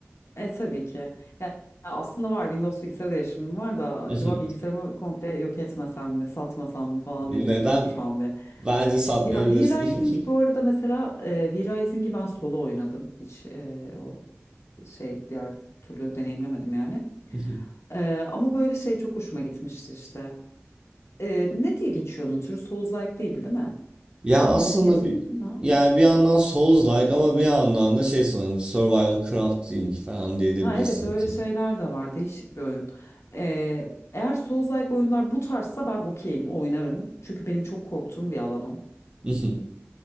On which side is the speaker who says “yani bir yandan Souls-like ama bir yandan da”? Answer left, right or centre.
Right